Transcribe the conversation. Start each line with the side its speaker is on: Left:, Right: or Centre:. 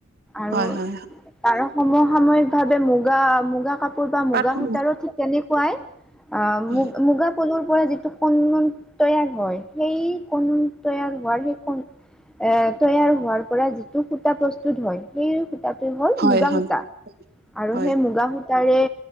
Centre: আৰু
Right: হয়, হয়, হয়,
Centre: <unintelligible> সমসাময়িক ভাৱে মুগা মুগা কাপোৰ বা
Right: পাতল
Centre: মুগা সূতাৰো ঠিক তেনেকুৱাই। অ'
Right: হয়,
Centre: মু মুগা পলুৰ পৰা যিটো কনন তৈয়াৰ হয় সেই কন তৈয়াৰ সেই এ তৈয়াৰ হোৱাৰ পৰা যিটো সূতা প্ৰস্তুত হয় সেই তাত হ'ল
Right: হয়,
Centre: মুগা
Right: হয়,
Centre: সূতা আৰু
Right: হয়,
Centre: সেই মুগা সূতাৰে